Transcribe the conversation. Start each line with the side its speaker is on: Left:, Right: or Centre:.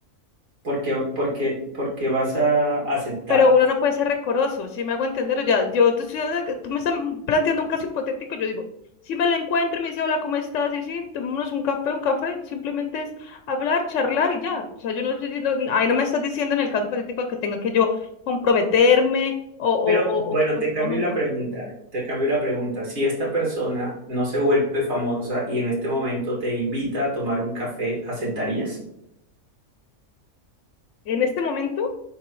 Right: porque, porque, porque vas a aceptar.
Left: Pero uno no puede ser recoroso, si me hago entender, ya, yo te estoy dando- tú me estás planteando un caso hipotético, yo digo, si me lo encuentro y me dice, hola, ¿cómo estás? Y sí, tomémonos un café, un café, simplemente es hablar, charlar y ya. O sea, yo no estoy diciendo, ahí no me estás diciendo en el caso hipotético que tenga que yo comprometerme o, o,
Right: Pero bueno,
Left: o, o que-
Right: te
Left: no.
Right: cambio
Left: no,
Right: la pregunta, te cambio la pregunta. Si esta persona no se vuelve famosa y en este momento te invita a tomar un café, ¿aceptarías?
Left: En este momento,